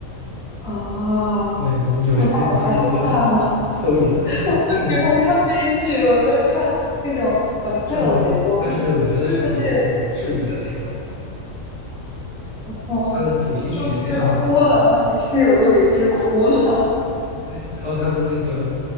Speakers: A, in the centre; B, on the left (about 55°).
A: 啊，
B: 对你有时间你可以去
A: 我那我还是不看了，
B: 搜一下，它并不
A: <laughs> 我不喜欢看悲剧，我都是看那种呃快乐的结局。
B: 是吗？
A: 我被对对对，
B: 但是我觉得是有一种治愈的那种，
A: 哦，
B: 它的主题曲也非常的好听，
A: 都治哭了，把你室友都给治哭了。
B: 对，然后它的那个